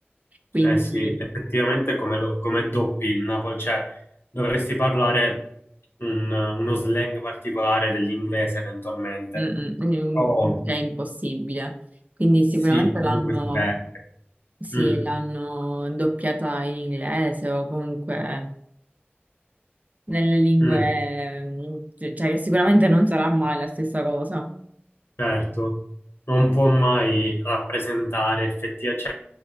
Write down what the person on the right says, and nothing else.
quindi
mm, mm,
mm, è impossibile. Quindi
sicuramente
l'hanno
sì,
l'hanno doppiata in inglese o comunque nelle lingue,
mm, cioè che sicuramente non sarà mai la stessa cosa.